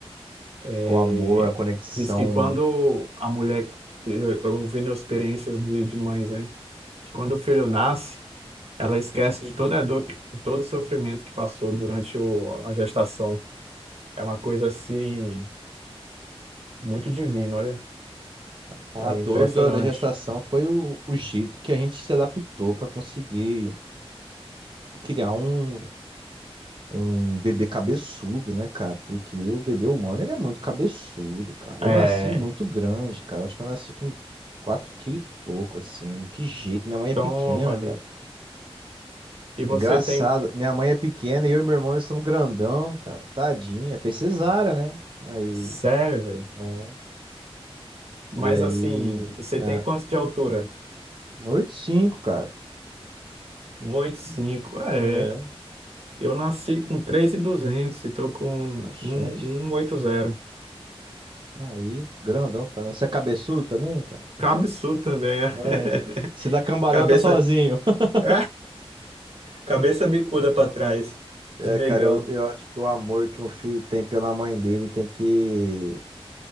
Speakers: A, on the right; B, on the right.
A: é,
B: o amor, a conexão
A: diz que quando a mulher, eu, eu ouvindo experiências de, de mães, né? Que quando o filho nasce, ela esquece de toda a dor, que- de todo o sofrimento que passou durante o, a gestação. É uma coisa assim muito divina, olha,
B: Cara,
A: é
B: a dor
A: impressionante.
B: da, da gestação foi o, o jeito que a gente se adaptou para conseguir criar um, um bebê cabeçudo, né, cara? Porque o bebê humano, ele é muito cabeçudo, cara.
A: É,
B: Eu nasci muito grande, cara. Acho que eu nasci com 4 quilos e pouco, assim. Que jeito. Minha mãe é
A: toma
B: pequena,
A: ali.
B: cara.
A: E você
B: É engraçado.
A: tem,
B: Minha mãe é pequena e eu e meu irmão, nós somos grandão, cara. Tadinha. Fez cesárea, né? Aí,
A: sério, velho?
B: né?
A: Mas
B: E aí...
A: assim, você
B: ah,
A: tem quanto de altura?
B: oito e cinco, cara.
A: um 1,85.
B: É,
A: É. Eu nasci com 3.200 e duzentos e tô com
B: bastante.
A: 1.180.
B: Aí, grandão também. Você é cabeçudo também, cara?
A: Que Absurdo também, né?
B: Ai,
A: <laughs>
B: você dá cambalhota
A: Cabeça.
B: sozinho. <laughs>
A: <laughs> Cabeça bicuda para trás,
B: É,
A: de negão.
B: cara, eu, eu acho que o amor que um filho tem pela mãe dele tem que,